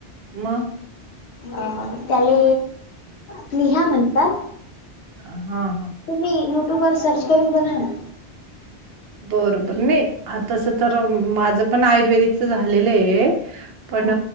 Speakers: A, on the right; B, on the left.
A: मग
B: अ त्याले प्लिहा म्हणतात.
A: हा हा,
B: तुम्ही यु ट्यूब वर सर्च करून बघा ना.
A: बरोबर नाही आ तसं तर माझं पण आयुर्वेदिकच झालेलं आहे.
B: ना
A: पण